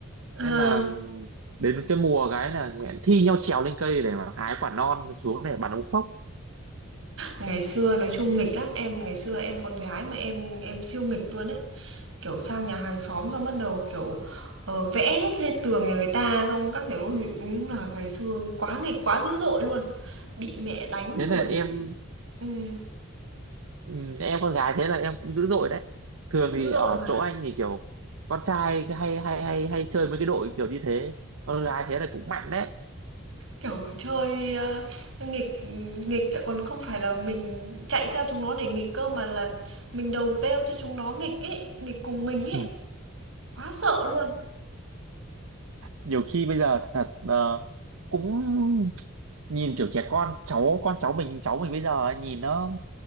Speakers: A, on the right; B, on the right.
A: Ờ,
B: nên là đến cái mùa cái là nguyện thi nhau trèo lên cây để mà hái quả non xuống để bắn ống phốc
A: ngày xưa nói chung nghịch lắm, em ngày xưa em con gái mà em em siêu nghịch luôn ấy. Kiểu sang nhà hàng xóm xong bắt đầu, kiểu, ờ, vẽ hết lên tường nhà người ta xong các kiểu, ôi, đúng là ngày xưa quá nghịch, quá dữ dội luôn, bị mẹ đánh
B: thế
A: rồi
B: là em
A: ừm.
B: ừ, em con gái thế là em cũng dữ dội đấy thường
A: Dữ
B: thì
A: dội
B: ở
A: mà,
B: chỗ anh thì kiểu con trai cái hay hay hay hay chơi với cái đội kiểu như thế con gái thế là cũng mạnh đấy
A: kiểu, chơi, ơ, nghịch nghịch lại còn không phải là mình chạy theo chúng nó để nghịch cơ mà là mình đầu têu cho chúng nó nghịch ấy, nghịch cùng mình
B: <laughs>
A: ấy, quá sợ luôn.
B: nhiều khi bây giờ thật ờ, cũng nhìn kiểu trẻ con cháu con cháu mình cháu mình bây giờ ấy, nhìn nó